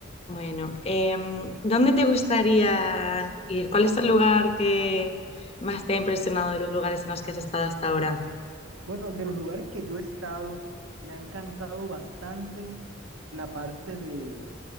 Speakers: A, on the left; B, on the right.
A: Bueno, em, ¿dónde te gustaría ir? ¿Cuál es el lugar que más te ha impresionado de los lugares en los que has estado hasta ahora?
B: Bueno, de los lugares que yo he estado, me ha encantado bastante la parte de,